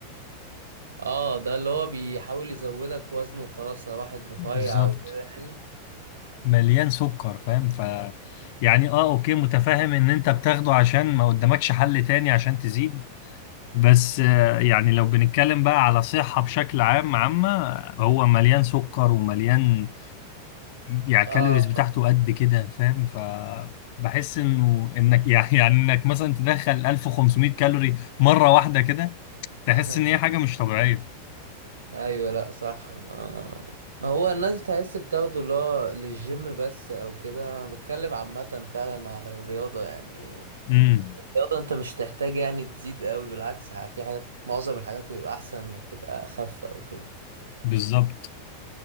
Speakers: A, on the right; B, on the left.
A: اه ده اللي هو بيحاول يزودك وزن وخلاص لو واحد رفيع
B: بالظبط
A: او كده يعني
B: مليان سكر فاهم ف يعني أه أوكي متفاهم إن أنت بتاخده عشان ما قدامكش حل تاني عشان تزيد بس آه، يعني لو بنتكلم بقى على صحة بشكل عام عامة هو مليان سكر ومليان يعني الكالوريز
A: اه
B: بتاعته قد كده فاهم ف بحس انه انك <laughs> يعني يعني انك مثلا تدخل 1500 كالوري مره واحده كده تحس
A: <laughs>
B: ان هي حاجه مش طبيعيه
A: ايوه لا صح ما ما هو الناس تحس بتاخده اللي هو للجيم بس او كده أنا بتكلم عامة فعلا على الرياضة يعني
B: امم
A: الرياضة انت مش تحتاج يعني تزيد قوي بالعكس ه- في حاجات معظم الحاجات بيبقى احسن انك تبقى اخف او كده
B: بالظبط